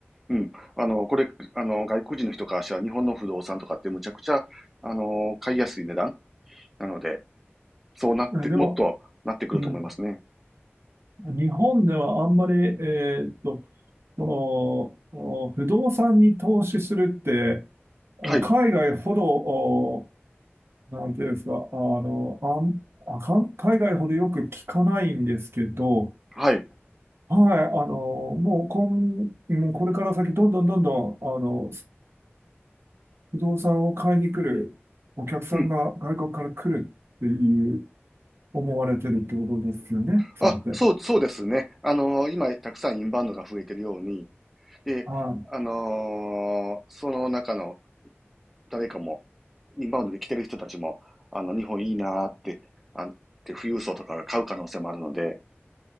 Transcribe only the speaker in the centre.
うん。あの、これ、あの、外国人の人からしたら日本の不動産とかってむちゃくちゃ、あの、買いやすい値段なので、そうなって、
もっとなってくると思いますね。
はい。
はい。
うん。
あ、そう、そうですね。あの、今、たくさんインバウンドが増えてるように、で、
あのーその中の誰かも、インバウンドで来てる人たちも、あの、日本いいなーって、あ、って富裕層とかが買う可能性もあるので、